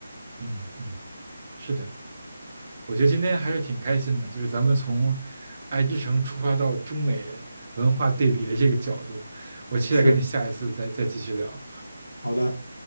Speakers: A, on the right (about 35°); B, on the left (about 80°).
A: 嗯嗯，是的。我觉得今天还是挺开心的，就是咱们从爱之城出发到中美文化对比的这个角度，我期待跟你下一次再再继续聊。
B: 是，好的。